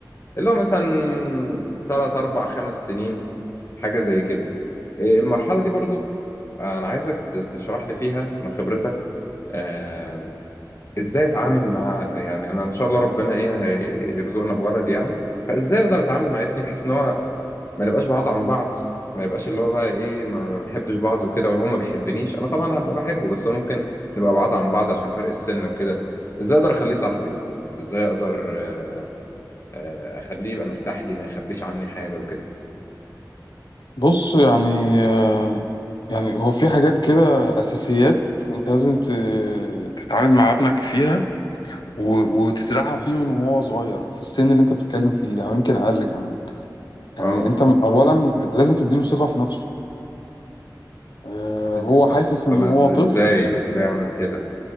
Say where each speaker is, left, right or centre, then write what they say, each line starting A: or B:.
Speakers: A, on the left (about 40°); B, on the left (about 75°).
A: اللي هو مثلا تلات أربع خمس سنين حاجة زي كده إيه المرحلة دي برضو آه، أنا عايزك ت- تشرح لي فيها من خبرتك آه، إزاي أتعامل مع يعني أنا إن شاء الله ربنا إيه هيرزقنا بولد يعني فإزاي أقدر أتعامل مع ابني بحيث إن هو ما نبقاش بعاد عن بعض ما يبقاش اللي هو بقى إيه ما ما بنحبش بعض وكده وهو ما بيحبنيش أنا طبعا هبقى بحبه بس هو ممكن نبقى بعاد عن بعض عشان فرق السن وكده إزاي أقدر أخليه صاحبي إزاي أقدر آه، آه، أخليه يبقى مرتاح لي ما يخبيش عني حاجة وكده
B: بص يعني آه، يعني هو في حاجات كده أساسيات أنت لازم ت- تتعامل مع ابنك فيها و- وتزرعها فيه من وهو صغير في السن اللي أنت بتتكلم فيه ده أو يمكن أقل كمان يعني
A: أه
B: أنت م- أولا لازم تديله ثقة في نفسه آه،
A: إز...
B: هو
A: طب
B: حاسس إن
A: طب إز...
B: هو
A: إزاي
B: طفل
A: إزاي أعمل كده